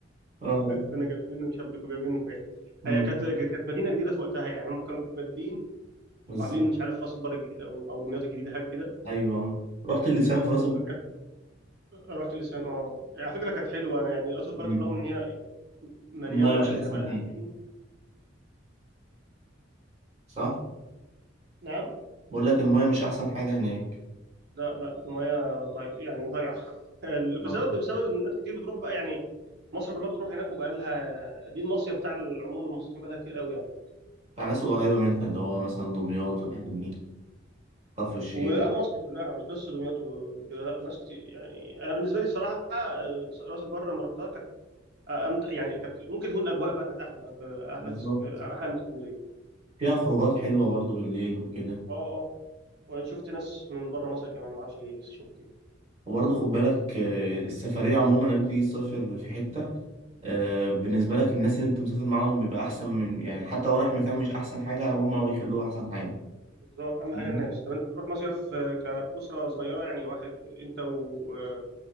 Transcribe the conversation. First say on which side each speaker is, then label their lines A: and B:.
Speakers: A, on the right; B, on the right.
A: اه
B: كنا جايبين مشبك وجايبين حاجات
A: امم
B: هي كانت كانت مدينه جديده في وقتها يعني هم كانوا مجدين
A: بالظبط.
B: وعاملين مش عارف راس البر الجديده او او دمياط الجديده حاجه كده
A: ايوه رحت اللسان في راس البر
B: فكانت رحت لسان اه على فكره كانت حلوه انا يعني راس
A: مم.
B: البر دي برغم ان هي مليانه
A: المايه
B: يعني
A: مش احسن
B: بقالها
A: حاجه
B: سنين
A: صح
B: نعم
A: بقول لك المايه مش احسن حاجه هناك
B: لا لا المياه ضي... يعني ضايعه <laughs> ال- بسبب
A: آه.
B: بسبب ان ناس كتير بتروح بقى يعني مصر كلها بتروح هناك وبقى لها دي المصيف بتاع العموم المصريين بقى لها كتير قوي يعني
A: بتاع ناس قريبة منها اللي هو مثلا دمياط والحتت دي كفر الشيخ
B: ولا مصر كلها مش بس دمياط وكده لا ناس كتير يعني انا بالنسبه لي صراحه آه، راس البر لما رحتها كانت آه، امتع يعني كانت ممكن تكون الاجواء بقى كانت احلى في احلى
A: بالظبط
B: في اسك- احلى من اسكندريه
A: فيها خروجات حلوة برضو بالليل وكده
B: اه اه وانا شفت ناس من بره مصر كمان ما اعرفش ليه بس شفت يعني
A: وبرضه خد بالك آه، السفرية عموما لما تيجي تسافر في حتة آه، بالنسبة لك الناس اللي انت مسافر معاهم بيبقى أحسن من يعني حتى لو رايح مكان مش أحسن حاجة هما بيخلوه أحسن حاجة
B: بس هو اهم
A: يعني
B: حاجه الناس طب انت بتروح مصيف آه، كاسره صغيره يعني واحد انت و-